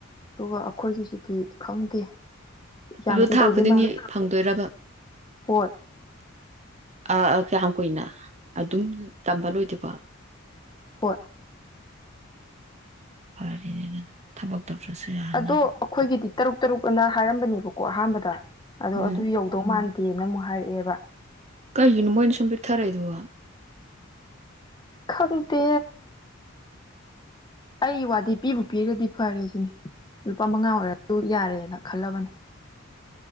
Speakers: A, on the left (about 20°); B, on the right (about 35°).
A: ꯑꯗꯨꯒ ꯑꯈꯣꯏꯒꯤꯁꯤꯗꯤ ꯈꯪꯗꯦ ꯌꯥꯝ
B: ꯑꯗꯨ
A: ꯄꯤꯗꯧꯗꯤ
B: ꯊꯥ ꯈꯨꯗꯤꯡꯒꯤ
A: ꯃꯥꯟꯗꯦ
B: ꯐꯪꯗꯣꯏꯔꯕ
A: ꯍꯣꯏ
B: ꯑ ꯀꯌꯥꯝ ꯀꯨꯏꯅ ꯑꯗꯨꯝ ꯇꯝꯕ ꯂꯣꯏꯗꯦꯕꯣ
A: ꯍꯣꯏ
B: ꯐꯔꯅꯦ ꯊꯕꯛ ꯇꯧꯗ꯭ꯔꯁꯨ ꯌꯥꯔꯅꯤ
A: ꯑꯗꯣ ꯑꯩꯈꯣꯏꯒꯤꯗꯤ ꯇꯔꯨꯛ ꯇꯔꯨꯛ ꯑꯅ ꯍꯥꯏꯔꯝꯕꯅꯦꯕꯀꯣ ꯑꯍꯥꯟꯕꯗ ꯑꯗꯣ
B: ꯎꯝ
A: ꯑꯗꯨ ꯌꯧꯗꯧ ꯃꯥꯟ ꯗꯦꯟ ꯑꯃꯨꯛ ꯍꯥꯏꯔꯛꯑꯦꯕ
B: ꯀꯩꯒꯤꯅ ꯃꯣꯏꯅ ꯁꯨꯝ ꯄꯤꯊꯔꯦꯏꯗꯨꯕꯣ
A: ꯈꯪꯗꯦ ꯑꯩ ꯋꯥꯗꯤ ꯄꯤꯕꯨ ꯄꯤꯔꯗꯤ ꯐꯥꯔꯦꯁꯤꯅꯤ ꯂꯨꯄꯥ ꯃꯉꯥ ꯑꯣꯏꯔꯁꯨ ꯌꯥꯔꯦ ꯅ ꯈꯜꯂꯕꯅꯤ